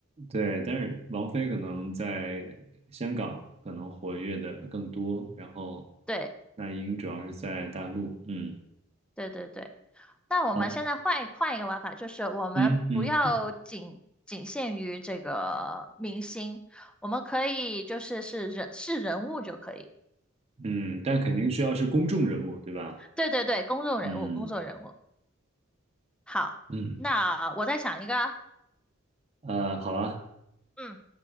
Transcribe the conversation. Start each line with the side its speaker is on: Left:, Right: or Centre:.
Right: 对，但是王菲可能在香港可能活跃的更多，然后
Centre: 对，
Right: 那英主要是在大陆。嗯，
Centre: 对对对。那我们现在换换一个玩法，
Right: 好，
Centre: 就是我们不要仅仅限于这个明星，
Right: 嗯嗯
Centre: 我们可以就是是人是人物就可以。
Right: 嗯，但肯定需要是公众人物，对吧？
Centre: 对对对，公众人物，
Right: 嗯
Centre: 公众人物。好，
Right: 嗯，
Centre: 那我再想一个啊。
Right: 呃，好吧，
Centre: 嗯